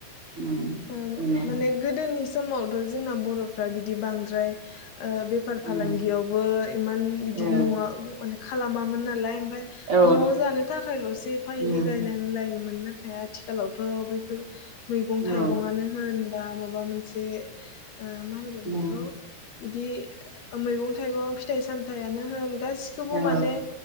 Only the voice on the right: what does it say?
उम
बिनो
उम
औ
औ
उम
औ
उम
औ